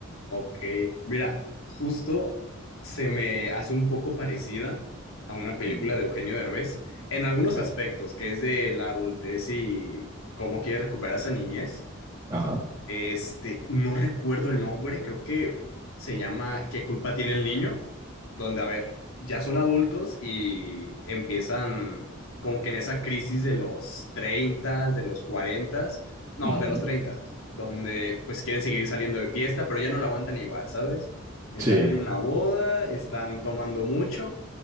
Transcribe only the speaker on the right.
Ujú,
ok,
Ajá.
ujú,
Sí.